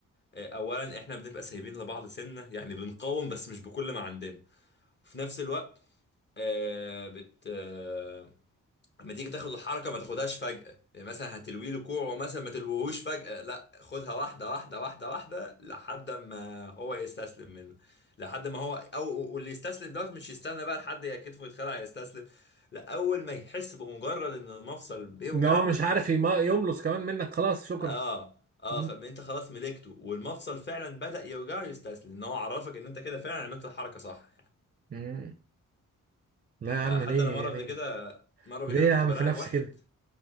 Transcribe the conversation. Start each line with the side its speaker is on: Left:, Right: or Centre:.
Left: آه، اولا احنا بنبقى سايبين لبعض سنه يعني بنقاوم بس مش بكل ما عندنا وفي نفس الوقت آه، بت آه، لما تيجي تاخد الحركه ما تاخدهاش فجاه يعني مثلا هتلوي له كوعه مثلا ما تلويهوش فجاه لا خدها واحده واحده واحده واحده لحد ما هو يستسلم منه لحد ما هو او واللي يستسلم دوت مش يستنى بقى لحد يا كتفه يتخلع يستسلم لا اول ما يحس بمجرد ان المفصل بيوجعه
Right: ان هو مش عارف يما- يملص كمان منك خلاص شكرا
Left: اه اه
Right: مم.
Left: خ- انت خلاص ملكته والمفصل فعلا بدأ يوجعه يستسلم ان هو عرفك ان انت كده فعلا عملت الحركه صح
Right: مم. لا يا
Left: ده
Right: عم
Left: حتى
Right: ليه
Left: انا مره
Right: ليه
Left: قبل كده مره قبل
Right: ليه
Left: كده كنت
Right: يا عم
Left: بلاعب
Right: في نفسي
Left: واحد
Right: كده